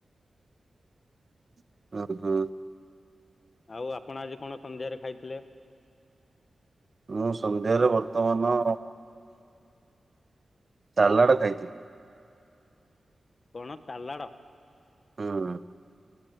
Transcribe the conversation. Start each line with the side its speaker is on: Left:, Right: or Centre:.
Right: <unintelligible>
Left: ଆଉ ଆପଣ ଆଜି କଣ ସନ୍ଧ୍ୟାରେ ଖାଇଥିଲେ?
Right: ମୁଁ ସନ୍ଧ୍ୟାରେ ବର୍ତ୍ତମାନ ଚାଲାଡ଼ ଖାଇଥିଲି।
Left: କଣ ତାଲାଡ଼?
Right: ହୁଁ।